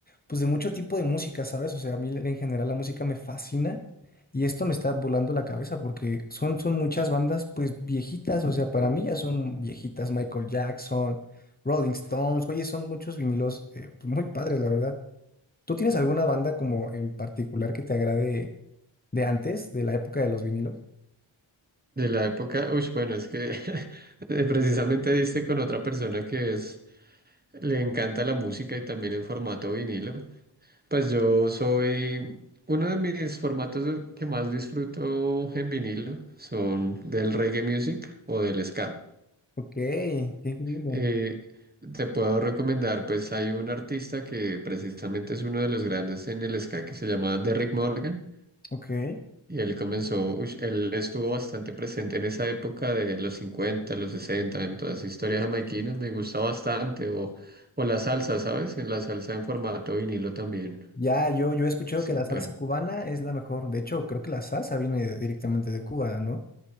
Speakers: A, on the left; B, on the right.
A: pues de mucho tipo de música, ¿sabes? O sea, a mí en general la música me fascina y esto me está volando la cabeza porque son, son muchas bandas pues viejitas. O sea, para mí ya son viejitas. Michael Jackson, Rolling Stones. Oye, son muchos vinilos eh, pues, muy padres, la verdad. ¿Tú tienes alguna banda como en particular que te agrade de antes, de la época de los vinilos?
B: De la época, uy, bueno, es que <laughs> eh, precisamente diste con otra persona que es, le encanta la música y también en formato vinilo. Pues yo soy uno de mis formatos que más disfruto en vinilo, son del reggae music o del ska.
A: Ok, qué increíble.
B: Eh, te puedo recomendar, pues hay un artista que precisamente es uno de los grandes en el ska que se llama Derrick Morgan.
A: Ok.
B: Y él comenzó, ush, él estuvo bastante presente en esa época de los 50 los 60 en toda esa historia jamaiquina, me gusta bastante. O, o la salsa, ¿sabes? En la salsa en formato vinilo también.
A: Ya, yo, yo he escuchado
B: Súper.
A: que la salsa cubana es la mejor. De hecho, creo que la salsa viene directamente de Cuba, ¿no?